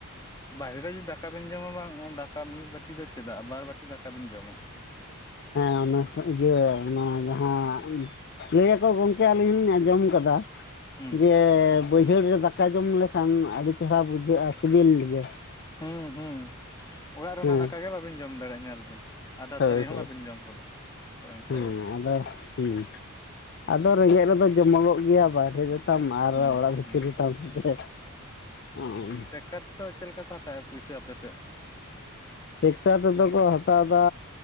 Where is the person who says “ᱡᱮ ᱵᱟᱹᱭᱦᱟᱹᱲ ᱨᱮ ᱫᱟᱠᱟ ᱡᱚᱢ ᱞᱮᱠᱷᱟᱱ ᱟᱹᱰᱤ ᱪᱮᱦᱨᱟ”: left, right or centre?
Left